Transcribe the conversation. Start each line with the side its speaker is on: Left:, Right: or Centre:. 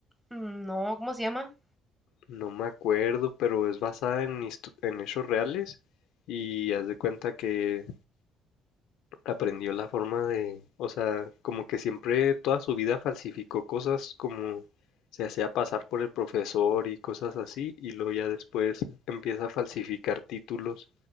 Centre: Mm, No, ¿cómo se llama?
Left: No me acuerdo, pero es basada en, histo- en hechos reales y haz de cuenta que aprendió la forma de, o sea, como que siempre toda su vida falsificó cosas como se hacía pasar por el profesor y cosas así y luego ya después empieza a falsificar títulos